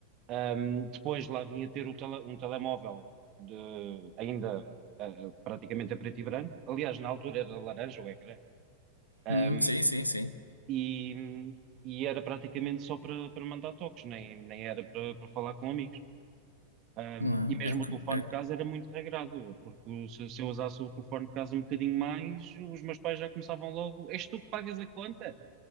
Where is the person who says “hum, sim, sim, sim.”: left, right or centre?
Left